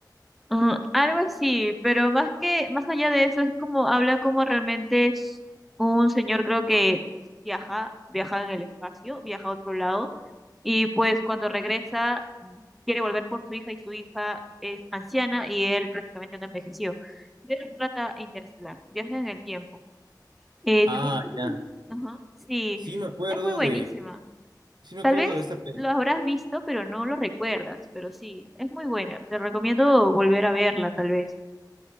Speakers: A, in the centre; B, on the right.
A: Mm, algo así, pero más que, más allá de eso, es como, habla como realmente es un señor, creo que viaja, viaja en el espacio, viaja a otro lado Y pues cuando regresa, quiere volver por su hija y su hija es anciana y él prácticamente no envejeció. De eso trata Interestelar, viaje en el tiempo. Eh,
B: Ah,
A: también,
B: ya.
A: ajá, sí,
B: Sí me acuerdo
A: es muy buenísima.
B: de, sí me
A: Tal
B: acuerdo
A: vez
B: de esta peli.
A: lo habrás visto, pero no lo recuerdas, pero sí, es muy buena. Te recomiendo volver a verla, tal vez.